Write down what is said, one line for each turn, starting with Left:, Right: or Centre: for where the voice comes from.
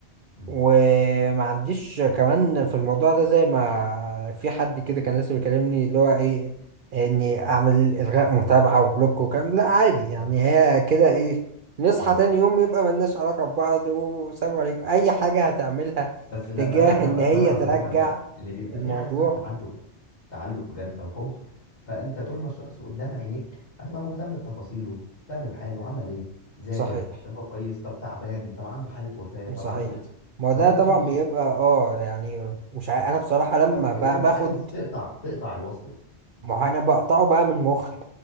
Left: مم.
Right: وما عنديش كمان في الموضوع ده زي ما في حد كده كان لسه بيكلمني اللي هو ايه اني اعمل الغاء متابعة وبلوك وكلام لا عادي يعني
Left: مم.
Right: هي كده ايه نصحى
Left: مم.
Right: تاني يوم يبقى ملناش علاقة ببعض وسلام عليكم اي حاجة هتعملها
Left: بس لا
Right: تجاه
Left: انا انا
Right: ان
Left: ب...
Right: هي
Left: ما انا بفهمك
Right: ترجع
Left: بقى ان بيبقى
Right: الموضوع
Left: في حاجة اسمها تعلق تعلق بجد او حب فانت طول ما الشخص قدام عينيك هتبقى مهتم بتفاصيله مهتم بحاله عمل ايه ذاكر
Right: صحيح
Left: طب هو كويس طب تعبان طب عنده حالة وفاة طب
Right: صحيح
Left: عنده
Right: ما هو ده
Left: فممكن
Right: طبعا
Left: شيء
Right: بيبقى اه يعني مش عارف انا بصراحة لما
Left: أو... وانت
Right: ب- باخد
Left: عايز تقطع تقطع الوصل ده
Right: ما هو انا بقطعه بقى من مخي